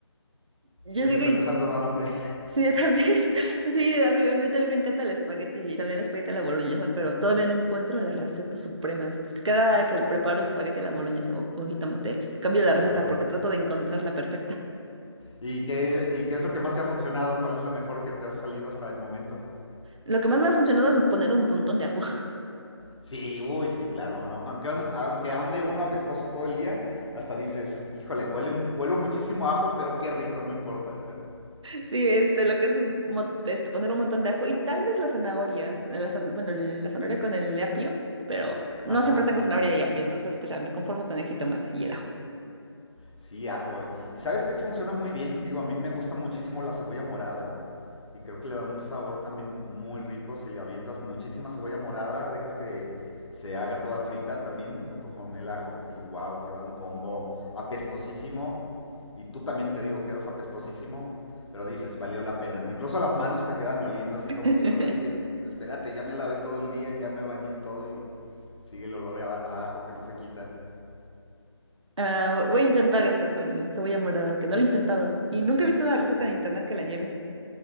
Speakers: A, on the right; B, on the left.
A: Yo
B: Hoy
A: sé
B: me está
A: que,
B: empezando a dar hambre.
A: sí, yo también, <laughs> sí, a mí, a mí también me encanta el espagueti y también el espagueti a la boloñesa, pero todavía no encuentro la receta suprema. Cada que le preparo espagueti a la boloñesa o con jitomate, cambio la receta
B: <laughs> Ajá.
A: porque trato de encontrar la perfecta.
B: ¿Y qué, ¿Y qué es lo que más te ha funcionado? ¿Cuál es la mejor que te ha salido hasta el momento?
A: Lo que más me ha funcionado es poner un montón de ajo.
B: Sí, uy, sí, claro. A- Aunque, uno- aunque ande uno apestoso todo el día, hasta dices, híjole, huele, mu- huelo muchísimo a ajo, pero qué rico, no importa.
A: Sí, este, lo que es mo- este, poner un montón de ajo y tal vez la zanahoria, la zan- bueno, la zanahoria con el apio, pero no
B: <laughs> Ajá.
A: siempre tengo zanahoria y apio, entonces pues ya me conformo con el jitomate y el ajo.
B: Sí, ajo. eh. ¿Y sabes qué funciona muy bien? Digo, a mí me gusta muchísimo la cebolla morada y creo que le da un sabor también muy rico si le avientas muchísima cebolla morada, dejas que se haga toda frita también junto con el ajo y wow, queda un combo apestosísimo. Y tú también te digo, quedas apestosísimo, pero dices, valió la pena, ¿no? Incluso las manos te quedan oliendo así
A: <laughs>
B: como que, ay, eh, espérate, ya me lavé todo el día, ya me bañé y todo y sigue el olor a a ajo que no se quita.
A: Ah, voy a intentar eso con cebolla morada, que no lo he intentado y nunca
B: Sí,
A: he visto una receta en internet que la lleve.